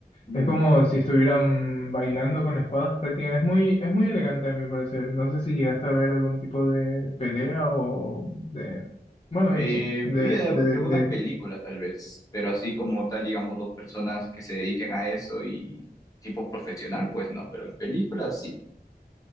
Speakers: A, on the left; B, on the left.
A: Mm,
B: Es como
A: ok.
B: si estuvieran bailando con espadas prácticamente. Es muy, es muy elegante a mi parecer. No sé si llegaste a ver algún tipo de pelea o de... Bueno,
A: Eh,
B: y sí, de,
A: vi de-
B: de,
A: yo
B: de...
A: una película tal vez, pero así como tal, digamos, dos personas que se dediquen a eso y tipo profesional, pues no, pero en películas sí.